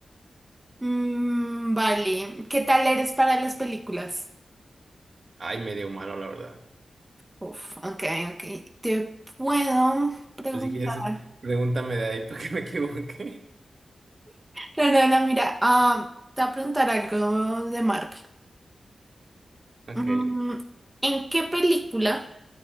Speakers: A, on the right (about 15°); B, on the right (about 50°).
A: Mm, vale. ¿Qué tal eres para las películas?
B: Ay, medio malo, la verdad.
A: Uf, ok, ok. Te puedo preguntar.
B: Pues si quieres, pregúntame de ahí <laughs> para que me equivoque. <laughs>
A: No, no, no, mira, ah, te voy a preguntar algo de Marvel.
B: Ok.
A: Mm, ¿en qué película?